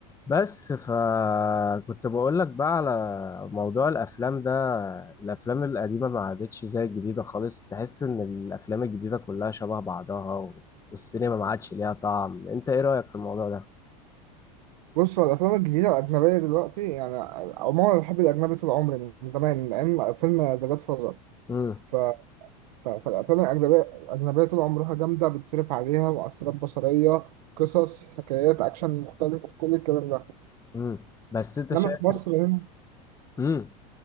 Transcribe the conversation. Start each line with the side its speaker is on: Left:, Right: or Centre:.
Left: بس فكنت بقول لك بقى على موضوع الافلام ده الافلام القديمه ما عادتش زي الجديده خالص تحس ان الافلام الجديده كلها شبه بعضها و... والسينما ما عادش ليها طعم انت ايه رايك في الموضوع ده
Right: بص هو الافلام الجديده الاجنبيه دلوقتي يعني عموما انا بحب الاجنبي طول عمري من زمان لان فيلم ذا جاد فازر
Left: امم
Right: ف... ف... فالافلام الاجنبيه الاجنبيه طول عمرها جامده بتصرف عليها مؤثرات بصريه قصص حكايات اكشن مختلف كل الكلام ده
Left: امم بس انت
Right: انما
Left: شايف
Right: في مصر هنا
Left: امم